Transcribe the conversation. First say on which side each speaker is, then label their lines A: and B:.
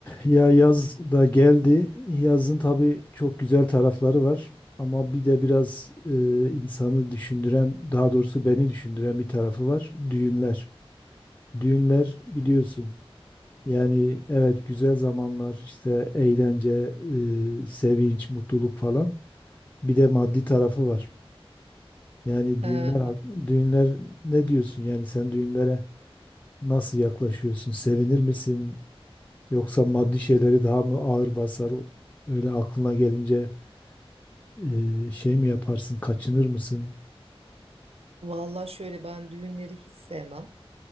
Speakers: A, on the left (about 20°); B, on the right (about 75°).
A: Ya yaz da geldi. Yazın tabii çok güzel tarafları var. Ama bir de biraz e, insanı düşündüren, daha doğrusu beni düşündüren bir tarafı var. Düğünler. Düğünler biliyorsun. Yani evet güzel zamanlar, işte eğlence, e, sevinç, mutluluk falan. Bir de maddi tarafı var. Yani düğünler,
B: Ee,
A: hak- düğünler ne diyorsun? Yani sen düğünlere nasıl yaklaşıyorsun? Sevinir misin? Yoksa maddi şeyleri daha mı ağır basar? Öyle aklına gelince e, şey mi yaparsın, kaçınır mısın?
B: Valla şöyle ben düğünleri hiç sevmem.